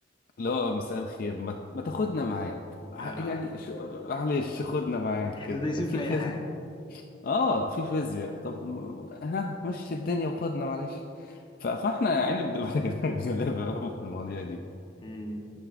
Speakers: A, on the left; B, on the left.
A: لا مساء الخير ما, ما تاخدنا معاك ح-
B: آه.
A: يعني شو- معلش خدنا معاك
B: إحنا
A: كده
B: دايسين
A: في
B: في أي
A: في
B: حاجة
A: اه في فيزياء طب ها مشي الدنيا وخدنا معلش ف- فاحنا يا عيني بنبقى <laughs> غلابة أوي في المواضيع دي
B: مم.